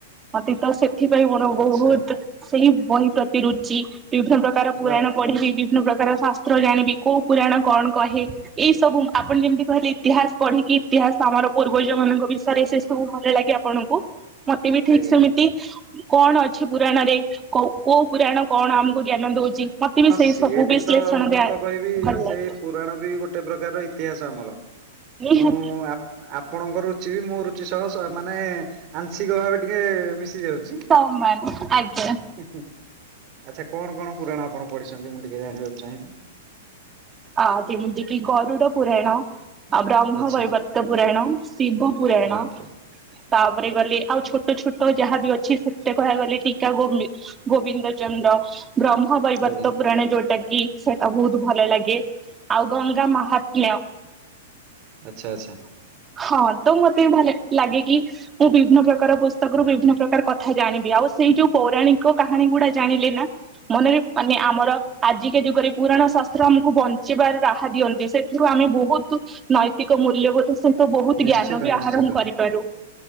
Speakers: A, on the right; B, on the right.
A: ଅତୀତ ସେ ଏଥିପାଇଁ ମୋର ବହୁତ
B: ଆଚ୍ଛା
A: ସେଇ ବହି ପ୍ରତି ରୁଚି ବିଭିନ୍ନ ପ୍ରକାର ପୁରାଣ
B: ବା
A: ପଢିବି ବିଭିନ୍ନ ପ୍ରକାର ଶାସ୍ତ୍ର ଜାଣିବି କୋଉ ପୁରାଣ କଣ କହେ ଏଇ ସବୁ ଆପଣ ଯେମିତି କହିଲେ ଇତିହାସ ପଢିକି ଇତିହାସ ଆମର ପୂର୍ବଜ ମାନଙ୍କ ବିଷୟରେ ସେ ସବୁ ଭଲ ଲାଗେ ଆପଣଙ୍କୁ। ମତେ ବି ଠିକ
B: ଆଜ୍ଞା।
A: ସେମିତି କଣ ଅଛି ପୁରାଣରେ କୋଉ ପୁରାଣ କଣ ଆମକୁ ଜ୍ଞାନ ଦଉଛି? ମତେ ବି
B: ହଁ
A: ସେଇ
B: ସିଏ
A: ସବୁ
B: ବି
A: ବିଶ୍ଳେଷଣ
B: ତ ମୁଁ
A: <unintelligible>
B: ତ କହିବି
A: ଭଲ
B: ସେଇ
A: ଲାଗେ।
B: ପୁରାଣ ବି ଗୋଟେ ପ୍ରକାର ଇତିହାସ ଆମର ତେଣୁ
A: ନିହାତି
B: ଆପଣଙ୍କ ରୁଚି ବି ମୋ ରୁଚି ସହ ମାନେ ଆଂଶିକ ଭାବେ ଟିକେ ମିଶି ଯାଉଛି।
A: ସମାନ ଆଜ୍ଞା।
B: ଆଚ୍ଛା କଣ କଣ ପୁରାଣ ଆପଣ ପଢିଛନ୍ତି ମୁଁ ଟିକେ ଜାଣିବାକୁ ଚାହିଁବି?
A: ଆ ଯେମିତି କି ଗରୁଡ଼ ପୁରାଣ। ଆଉ ବ୍ରହ୍ମ
B: ଆଚ୍ଛା
A: ବୈବର୍ତ ପୁରାଣ ଶିବ ପୁରାଣ।
B: ବାପରେ
A: ତାପରେ ଗଲେ ଆଉ ଛୋଟ ଛୋଟ ଯାହାବି ଅଛି ସେଥିରେ କହିବାକୁ ଗଲେ ଟିକା ଗୋ ଗୋବିନ୍ଦ ଚନ୍ଦ୍ର ବ୍ରହ୍ମ ବୈବର୍ତ୍ତ
B: ଆଜ୍ଞା।
A: ପୁରାଣ ଯୋଉଟା କି ସେଇଟା ବହୁତ ଭଲ ଲାଗେ। ଆଉ ଗଙ୍ଗା ମାହାତ୍ମ୍ୟ।
B: ଆଚ୍ଛା ଆଛା।
A: ହଁ ତ ମତେ ଭଲ ଲାଗେ କି ମୁଁ ବିଭିନ୍ନ ପ୍ରକାର ପୁସ୍ତକରୁ ବିଭିନ୍ନ ପ୍ରକାର କଥା ଜାଣିବି ଆଉ ସେଇ ଯୋଉ ପୌରାଣିକ କାହାଣୀ ଗୁଡା ଜାଣିଲେ ନା ମନରେ ମାନେ ଆମର ଆଜିକା ଯୁଗରେ ପୁରାଣ ଶାସ୍ତ୍ର ଆମକୁ ବଞ୍ଚିବାର ରାହା ଦିଅନ୍ତି ସେ ସେଥିରୁ ଆମେ ବହୁତ ନୈତିକ ମୂଲ୍ୟବୋଧ ସହିତ ବହୁତ
B: ନିଶ୍ଚିତ
A: ଜ୍ଞାନ ବି
B: ନିଶ୍ଚିତ
A: ଆହରଣ କରିପାରୁ।